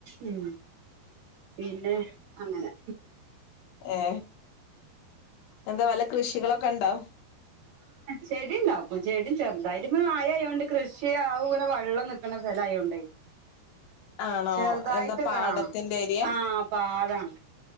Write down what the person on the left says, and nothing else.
ഏ എന്താവല കൃഷികളൊക്കെണ്ടോ
ആണോ
എന്താ പാടത്തിന്റെ
ഏരിയെ